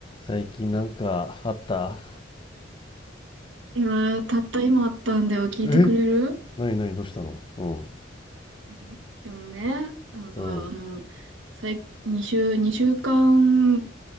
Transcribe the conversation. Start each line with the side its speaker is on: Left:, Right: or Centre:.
Left: 最近なんかあった
Right: 今たった今あったんだよ。聞いてくれる
Left: えなにないどうしたのうん
Right: うんでもね、なんか、
Left: うん
Right: あの、最、2週、二週間